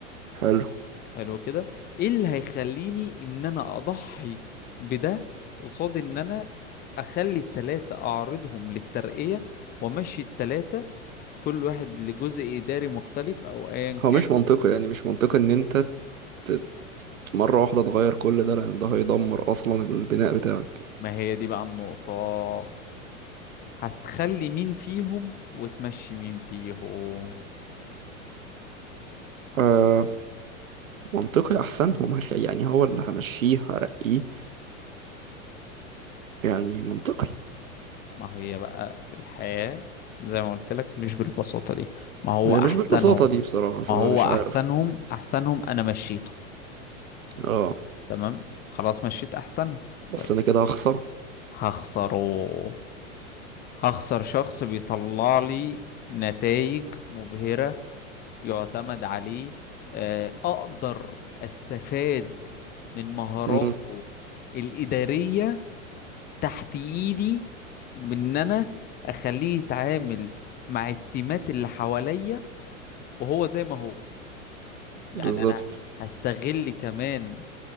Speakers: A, on the right; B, on the left.
A: حلو
B: حلو كده إيه اللي هيخليني إن أنا أضحي بده قصاد إن أنا أخلي التلاتة أعرضهم للترقية وأمشي التلاتة كل واحد لجزء إداري مختلف أو أيا
A: هو
B: كان
A: مش منطقي يعني مش منطقي إن أنت ت- مرة واحدة تغير كل ده لأن ده هيدمر أصلا البناء بتاعك
B: ما هي دي بقى النقطة هتخلي مين فيهم وتمشي مين فيهم
A: آه منطقي أحسنهم هش- يعني هو اللي همشيه هرقيه يعني منطقي
B: ما هي بقى الحياة زي ما قلت لك مش بالبساطة دي ما هو
A: هي
B: أحسنهم
A: مش بالبساطة دي بصراحة فأنا
B: ما هو
A: مش
B: أحسنهم
A: عارف
B: أحسنهم أنا مشيته
A: اه
B: تمام خلاص مشيت أحسنهم
A: بس
B: طيب
A: أنا كده هخسره
B: هخسره هخسر شخص بيطلع لي نتائج مبهرة يعتمد عليه آه، أقدر أستفاد من مهاراته
A: امم
B: الإدارية تحت ايدي بان انا اخليه يتعامل مع التيمات اللي حواليا وهو زي ما هو يعني
A: بالظبط
B: انا هستغل كمان